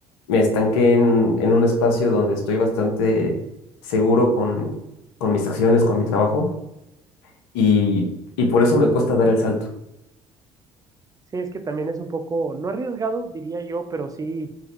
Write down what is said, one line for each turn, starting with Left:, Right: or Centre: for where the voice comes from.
Left: me estanqué en, en un espacio donde estoy bastante seguro con, con mis acciones, con mi trabajo, y, y por eso me cuesta dar el salto.
Right: Sí, es que también es un poco, no arriesgado, diría yo, pero sí,